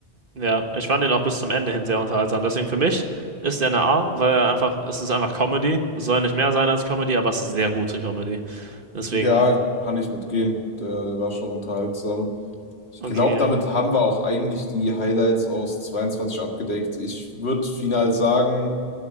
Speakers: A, on the right (about 55°); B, on the left (about 75°).
A: ja, ich fand den auch bis zum Ende hin sehr unterhaltsam. Deswegen für mich ist der eine A, weil er einfach, es ist einfach Comedy. Es soll nicht mehr sein als Comedy, aber es ist sehr gute Comedy. Deswegen,
B: Ja, kann ich mitgehen. Der, der war schon unterhaltsam. Ich
A: okay,
B: glaube, damit haben wir auch eigentlich die Highlights aus 22 abgedeckt. Ich würde final sagen,